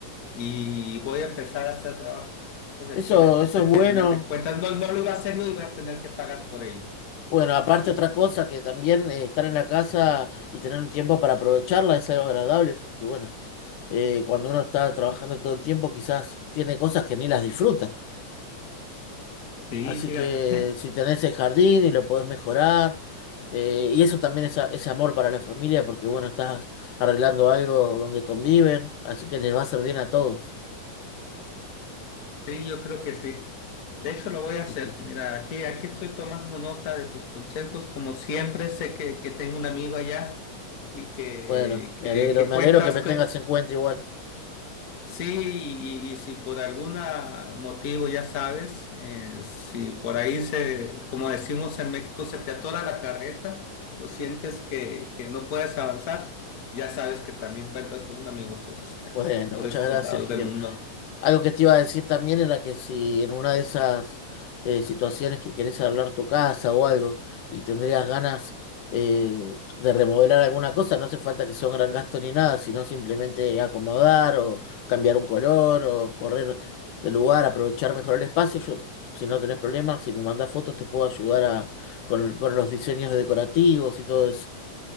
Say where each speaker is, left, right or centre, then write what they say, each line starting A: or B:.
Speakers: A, on the left; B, on the left.
A: Y voy a empezar a hacer trabajos de
B: Eso,
A: aquí en la casa
B: eso es bueno.
A: que al final de cuentas no, no lo iba a hacer yo y voy a tener que pagar por ello.
B: Bueno, aparte otra cosa que también eh, estar en la casa y tener un tiempo para aprovecharla es algo agradable, porque bueno, eh, cuando uno está trabajando todo el tiempo quizás tiene cosas que ni las disfruta.
A: Sí,
B: Así
A: fíjate.
B: que si tenés el jardín y lo podés mejorar, eh, y eso también es, a- es amor para la familia, porque bueno, estás arreglando algo donde conviven, así que les va a hacer bien a todos.
A: Sí, yo creo que sí. De hecho, lo voy a hacer.
B: Sí, sí, sí.
A: Mira, aquí, aquí estoy tomando nota de tus consejos. Como siempre, sé que, que tengo un amigo allá y que,
B: Bueno,
A: que,
B: me alegro,
A: que
B: me
A: cuentas.
B: alegro que me tengas
A: cuen-
B: en cuenta igual.
A: sí, y, y- y si por algún motivo, ya sabes, eh, si por ahí se, como decimos en México, se te atora la carreta o sientes que, que no puedes avanzar, ya sabes que también cuentas con un amigo por, esta-
B: Bueno,
A: por
B: muchas
A: estos
B: gracias,
A: lados
B: Gil.
A: del mundo.
B: Algo que te iba a decir también era que si en una de esas eh, situaciones que querés arreglar tu casa o algo y tendrías ganas eh, de remodelar alguna cosa, no hace falta que sea un gran gasto ni nada, sino simplemente acomodar o cambiar un color o correr de lugar, aprovechar mejor el espacio. Yo, si no tenés problemas, si me mandás fotos te puedo ayudar a, con, con los diseños decorativos y todo eso.